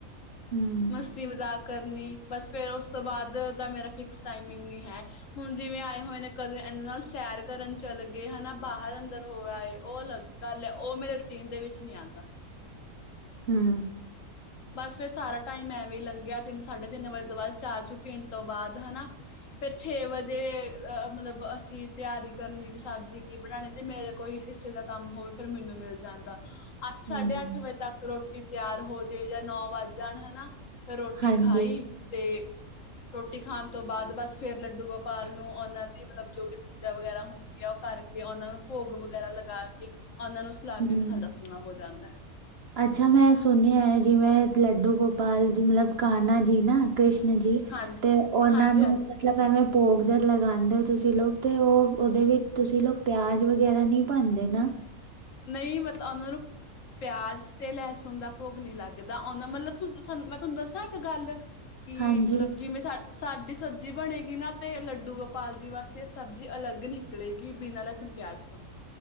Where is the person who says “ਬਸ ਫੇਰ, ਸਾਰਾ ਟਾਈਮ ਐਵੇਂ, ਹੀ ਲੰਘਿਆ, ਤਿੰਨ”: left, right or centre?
Left